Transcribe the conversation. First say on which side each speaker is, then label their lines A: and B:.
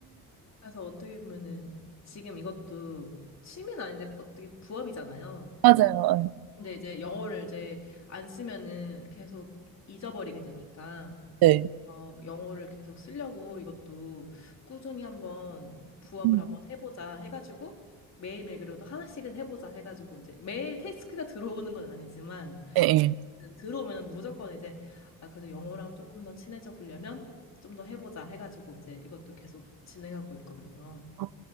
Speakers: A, on the left; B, on the right.
A: 그래서 어떻게 보면은 지금 이것도 취미는 아닌데 어떻게 부업이잖아요.
B: 맞아요.
A: 근데 이제 영어를 이제 안 쓰면은 계속 잊어버리게 되니까.
B: 네.
A: 어, 영어를 계속 쓰려고 이것도 꾸준히 한번 부업을
B: 음.
A: 한번 해보자 해가지고 매일매일 그래도 하나씩은 해보자 해가지고 이제 매일 태스크가 들어오는 건 아니지만
B: 예,
A: 어쨌든
B: 예.
A: 들어오면 무조건 이제 아, 그래도 영어랑 조금 더 친해져 보려면 좀 더 해보자 해가지고 이제 이것도 계속 진행하고 있거든요.
B: 아,